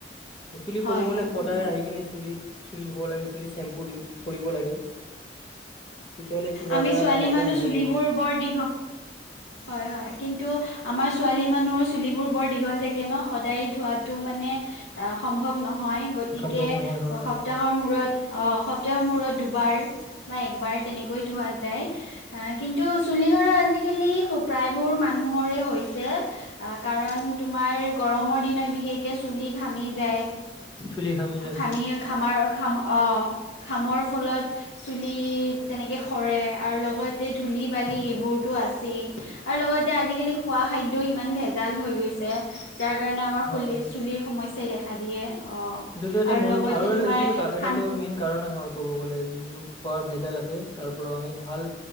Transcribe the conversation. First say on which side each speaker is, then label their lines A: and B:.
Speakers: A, on the left; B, on the left.
A: একচলি
B: হয়
A: ক'ব গ'লে
B: হয়
A: সদায়
B: উম
A: আহি কিনি চুলিত চুলি ধুব লাগে, চুলিত চেম্পু দি কৰিব লাগে। তেতিয়াহ'লে কিবা
B: আমি
A: এটা
B: ছোৱালী
A: সমাধান
B: মানুহ
A: হ'ব
B: চুলিবোৰ
A: পাৰে।
B: বৰ দীঘ হয় হয়, কিন্তু আমাৰ ছোৱালী মানুহৰ চুলি বো বোৰ বৰ দীঘল থাগে ন, সদায় ধোৱাটো মানে অ', সম্ভৱ নহ হয় গতিকে
A: সম্ভৱ নহয় হয়
B: সপ্তাহৰ
A: হয়
B: মূৰত অ', সপ্তাহৰ মূৰত দুব বাৰ বা একবাৰ তেনেকৈ ধোৱা যায়, আ', কিন্তু চুলি সৰা আজি কালি প্ৰায়বোৰ মানুহৰে হৈছে, আ কাৰণ তোমাৰ গৰমৰ দিনত বিশেষকে চুলি ঘামি যায়।
A: চুলি ঘামি যায়
B: ঘামিৰ
A: হয়
B: ঘামাৰ ঘাম অ', ঘামৰ ফলত চুলি তেনেকে সৰে আৰু লগতে এ ধূলি বা লি এইবোৰতো আছেই, আৰু লগতে আজিকালি খোৱা খাদ্যও ইমান ভেজাল হৈ গৈছে। যাৰ কাৰণে আমাৰ
A: হয়
B: খুলি
A: হয়।
B: চুলিৰ সমস্যাই দেখা দিয়ে। অ
A: এইটোতো এটা মূল
B: লগতে
A: আৰু এটা
B: তোমাৰ
A: এইটোতো এইটাতো
B: ঠান
A: মেইন কাৰণে হয় ক'ব গ'লে যোনটো খোৱাৰ ভেজাল আছে। তাৰ পৰা আমি ভাল